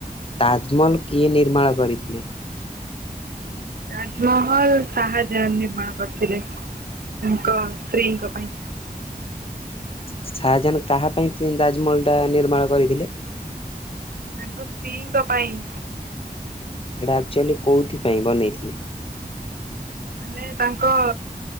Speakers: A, on the left (about 35°); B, on the right (about 75°).
A: ତାଜମହଲ କିଏ ନିର୍ମାଣ କରିଥିଲେ।
B: ତାଜମହଲ ସାହାଯ୍ୟ ନିର୍ମାଣ କରିଥିଲେ। ତାଙ୍କ ସ୍ତ୍ରୀଙ୍କ ପାଇଁ।
A: ଶାହାଜାାନ କାହା ପାଇଁ ତାଜମହଲଟା ନିର୍ମାଣ କରିଥିଲେ?
B: ତାଙ୍କ ସ୍ତ୍ରୀଙ୍କ ପାଇଁ।
A: ସେଇଟା ଆକ୍ଚୁଆଲି କୋଉଥି ପାଇଁ ବନେଇଥିଲେ?
B: ମାନେ ତାଙ୍କ